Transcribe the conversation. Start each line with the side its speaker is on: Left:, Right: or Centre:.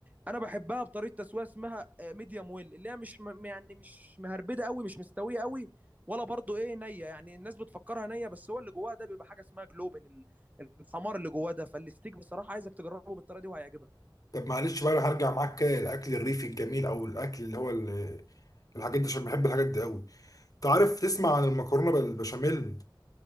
Right: انا بحبها بطريقه تسويه اسمها ميديوم ويل اللي هي مش م- يعني مش مهربده قوي مش مستويه قوي ولا برضو ايه نيه يعني الناس بتفكرها نيه بس هو اللي جواها ده بيبقى حاجه اسمها جلوبن ال- الحمار اللي جواه ده فالستيك بصراحه عايزك تجربه بالطريقه دي وهيعجبك
Left: طب معلش بقى انا هرجع معاك كده للاكل الريفي الجميل او الاكل اللي هو ال- الحاجات دي عشان بحب الحاجات دي قوي تعرف تسمع عن المكرونه بالبشاميل